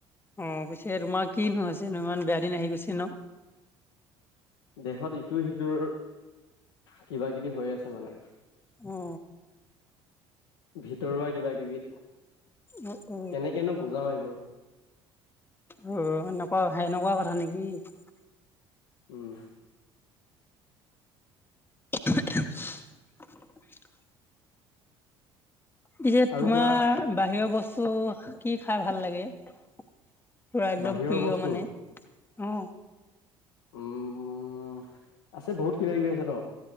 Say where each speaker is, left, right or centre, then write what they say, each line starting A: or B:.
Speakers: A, on the left; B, on the left.
A: অ পিছে তোমাৰ কি নোহ হৈছে নো ইমান বেয়া দিন আহি গৈছে নো।
B: দেহত ইটো সিটোৰ, কিবা কিবি হৈ আছে মানে,
A: অ
B: ভিতৰুৱা কিবা কিবি
A: অ অ
B: কেনেকেনো বুজাও এইবোৰ,
A: অ এনেকুৱা সেনেকুৱা কথা নেকি। <unintelligible>
B: উম
A: <unintelligible> পিছে
B: আৰু
A: তোমাৰ
B: কোৱা
A: বাহিৰৰ বস্তু কি খাই ভাল লাগে? পোৰা একদম
B: বাহিৰৰ
A: প্ৰিয়
B: বস্তু
A: মানে অ,
B: উমম আছে বহুত কিবা কিবি আছে টো